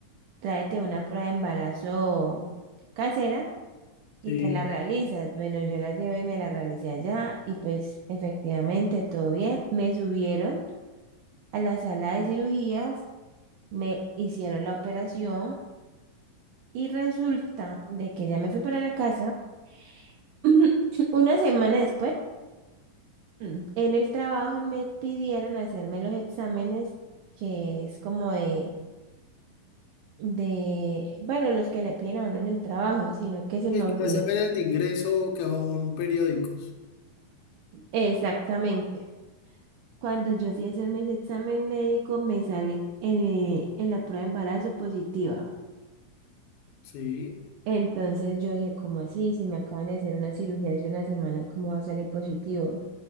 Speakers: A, on the right (about 80°); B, on the left (about 80°).
A: tráete una prueba de embarazo casera y
B: sí.
A: te la realizas. Bueno, yo la llevé y me la realicé allá y pues efectivamente todo bien. Me subieron a la sala de cirugías, me hicieron la operación y resulta de que ya me fui para la casa. <laughs> <clears throat> Una semana después, mm, en el trabajo me pidieron hacerme los exámenes, que es como de, de, bueno, los que le piden a uno en el trabajo, sino que se
B: Y
A: me
B: es
A: olvidó.
B: como exámenes de ingreso que son periódicos.
A: Exactamente. Cuando yo fui a hacerme ese examen médico, me sale eh, en la prueba de embarazo positiva.
B: Sí,
A: Entonces yo dije, ¿cómo así? Si me acaban de hacer una cirugía hace una semana, ¿cómo va a salir positivo?